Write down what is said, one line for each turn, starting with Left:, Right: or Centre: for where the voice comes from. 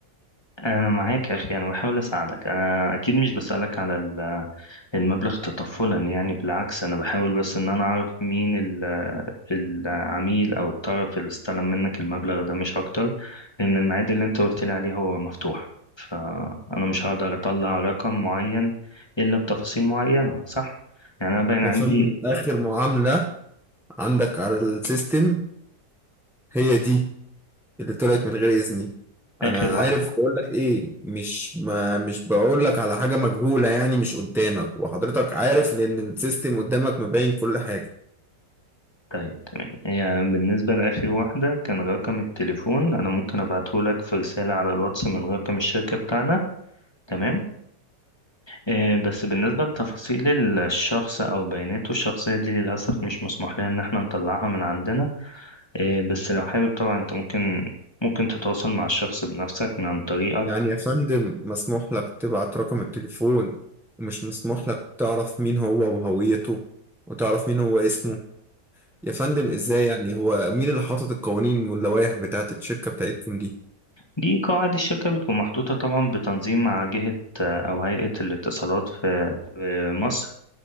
Left: انا معاك يا اخي انا بحاول اساعدك انا اكيد مش بسألك على ال- المبلغ تطفلا يعني بالعكس انا بحاول بس ان انا اعرف مين ال- العميل او الطرف اللي استلم منك المبلغ ده مش اكتر لان الميعاد اللي انت قلت لي عليه هو مفتوح فانا مش هقدر اطلع رقم معين الا بتفاصيل معينة صح يعني انا باين
Centre: يا
Left: عندي
Centre: فندم اخر معاملة عندك على السيستم هي دي اللي طلعت من غير إذني
Left: اخر
Centre: أنا
Left: واحدة
Centre: عارف بقول لك إيه مش ما مش بقول لك على حاجة مجهولة يعني مش قدامك وحضرتك عارف لأن السيستم قدامك مبين كل حاجة
Left: طيب تمام هي بالنسبة لآخر واحدة كان رقم التليفون أنا ممكن أبعتهولك في رسالة على الواتس من رقم الشركة بتاعنا تمام آه بس بالنسبة لتفاصيل الشخص أو بياناته الشخصية دي للأسف مش مسموح لنا إن احنا نطلعها من عندنا آه بس لو حابب طبعا أنت ممكن ممكن تتواصل مع الشخص بنفسك من عن طريقك
Centre: يعني يا فندم مسموح لك تبعت رقم التليفون ومش مسموح لك تعرف مين هو وهويته وتعرف مين هو اسمه يا فندم إزاي يعني هو مين اللي حاطط القوانين واللوائح بتاعت الشركة بتاعتكم دي
Left: دي قواعد الشركة بتكون محطوطة طبعا بتنظيم مع جهة آه، أو هيئة الاتصالات في في مصر